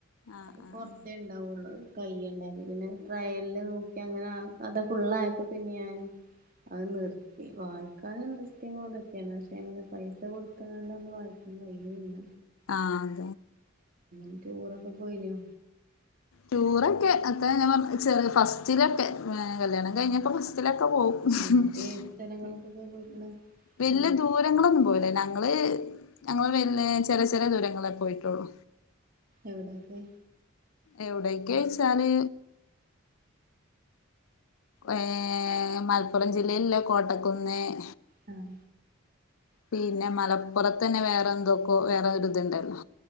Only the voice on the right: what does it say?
അത്
കൊറത്തേ ഇണ്ടാവൊള്ളു കയ്യുണ്ടായി പിന്നെ ട്രയലില് നോക്കി അങ്ങനെ അഅത ഫുള്ളയപ്പോ പിന്നെ ഞാൻ അത് നിർത്തി വായിക് <unintelligible> <unintelligible> പക്ഷെ അങ്ങനെ പൈസ കൊടുത്തണ്ട് നമ്മള് വായിക്കാൻ കഴിയല്ല
അ ചോറൊക്കെ പോയിനൊ
ആഹ് ഏത് സ്ഥലങ്ങൾക്കൊക്കെ പോയിക്ക്ണ്
എവിടെ
എവിടൊക്കെ
ങഹ